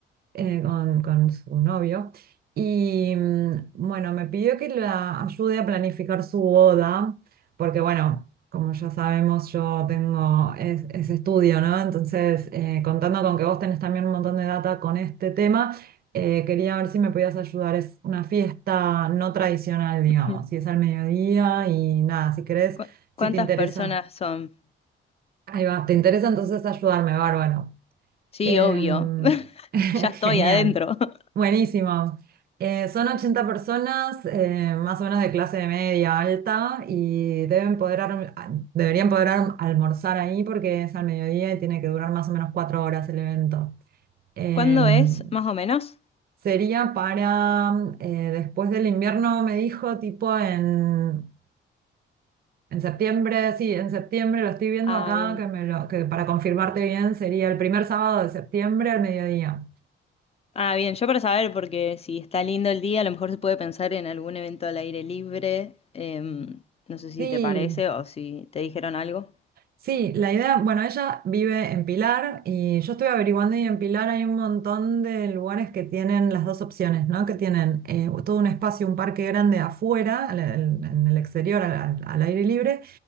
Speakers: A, on the right; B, on the left.
A: eh, con, con su novio. Y mm, bueno, me pidió que la ayude a planificar su boda, porque bueno, como ya sabemos, yo tengo es- ese estudio, ¿no? Entonces, eh, contando con que vos tenés también un montón de data con este tema, eh, quería ver si me podías ayudar. Es una fiesta no tradicional, digamos,
B: Ujú.
A: y es al mediodía y nada, si querés,
B: ¿Cu-
A: si
B: cuántas
A: te interesa.
B: personas son?
A: Ahí va, ¿te interesa entonces ayudarme, Bárbaro?
B: Sí,
A: Em,
B: obvio. <laughs>
A: <laughs>
B: Ya estoy
A: genial,
B: adentro. <laughs>
A: buenísimo. Eh, son 80 personas, eh, más o menos de clase media alta, y deben poder arm- a- deberían poder arm- almorzar ahí porque es al mediodía y tiene que durar más o menos cuatro horas el evento. Em,
B: ¿Cuándo es, más o menos?
A: sería para eh, después del invierno, me dijo, tipo en, en septiembre, sí, en septiembre, lo estoy viendo
B: Ah,
A: acá,
B: bien.
A: que, me lo- que para confirmarte bien sería el primer sábado de septiembre al mediodía.
B: Ah, bien, yo para saber, porque si está lindo el día, a lo mejor se puede pensar en algún evento al aire libre. em, no sé si
A: Sí,
B: te parece o si te dijeron algo.
A: sí, la idea, bueno, ella vive en Pilar y yo estoy averiguando y en Pilar hay un montón de lugares que tienen las dos opciones, ¿no? Que tienen eh, todo un espacio, un parque grande afuera, al- al- en el exterior, al, al- al aire libre,